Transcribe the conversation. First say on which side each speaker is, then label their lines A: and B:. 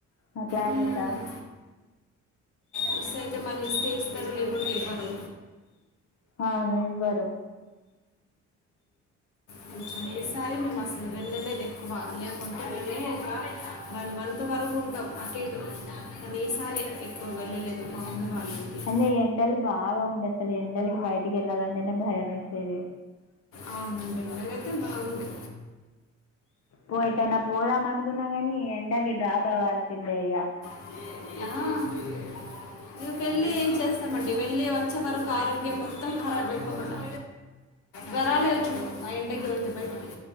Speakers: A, on the left; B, on the left.
A: ఆ క్లాసెసా
B: ఉమ్, మిస్ అయితే మళ్ళ ఇస్తే ఇస్తరు లేకుంటే ఇవ్వరు
A: అవును ఇవ్వరు
B: కొంచెం ఈసారే మేము అస్సలు వెళ్ళలేదు ఎక్కువా లేకుంటే మేమే ఒకా వన్ మంత్ వరకు ఉంటాం అటు ఇటు కానీ ఈసారే ఎక్కువ వెళ్ళలేదు మా అమ్మ వాళ్ళ ఇంటికి
A: అయినా ఈ ఎండల్ బాగా ఉండే అస్సలు ఎండలకి బయటికి ఎళ్ళాలంటేనే భయం. వేసేది
B: అవునండి ఎనగలేతే బాగుండే
A: పోయేటన్న పోదాం అనుకున్నా కాని ఎండకి డ్రాప్ అవ్వాల్సిందే ఇక
B: ఆ
A: అ
B: పెళ్లి ఏం చేస్తామండి వెళ్ళి వచ్చే వరకు ఆరోగ్యం మొత్తం ఖరాబ్ అయిపోకుండా దరవలేదు చూడు ఆ ఇంటి కేళ్తే బయటికి